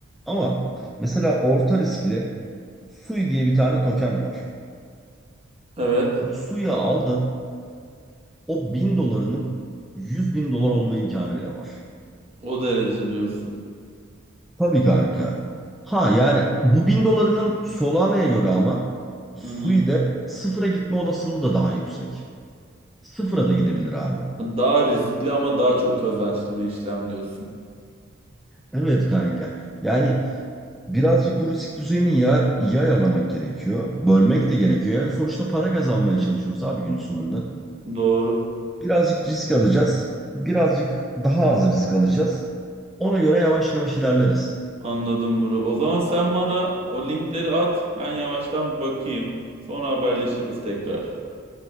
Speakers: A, in the centre; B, on the right.
A: Ama mesela orta riskli Sui diye bir tane token var.
B: Evet.
A: Bu Sui'yi aldın o 1000 dolarının 100 bin dolar olma imkanı bile var.
B: O derece diyorsun.
A: Tabii kanka. Ha yani bu 1000 dolarının Solana'ya göre ama Sui'de
B: Hı hı.
A: sıfıra gitme olasılığı da daha yüksek. Sıfıra da gidebilir abi.
B: Daha riskli ama daha çok kazançlı bir işlem diyorsun.
A: Evet kanka. Yani Birazcık bu risk düzeyini ya, iyi ayarlamak gerekiyor. Bölmek de gerekiyor. Yani sonuçta para kazanmaya çalışıyoruz abi günün sonunda.
B: Doğru.
A: Birazcık risk alacağız. Birazcık daha az risk alacağız. Ona göre yavaş yavaş ilerleriz.
B: Anladım bro. O zaman sen bana o linkleri at. Ben yavaştan bir bakayım. Sonra haberleşiriz tekrar.